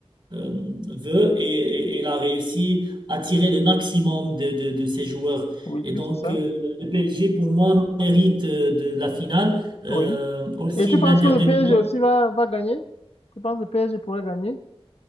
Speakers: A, on the right (about 50°); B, on the left (about 75°).
A: euh, veut et, et- et il a réussi à tirer le maximum de, de, de ses joueurs.
B: Oui,
A: Et
B: oui,
A: donc,
B: c'est ça.
A: euh, le PSG, pour moi, mérite euh, de la finale. Euh,
B: Oui.
A: aussi,
B: Et tu penses
A: l'Inter
B: que le
A: de
B: PSG
A: Milan.
B: aussi va, va gagner? Tu penses que le PSG pourrait gagner?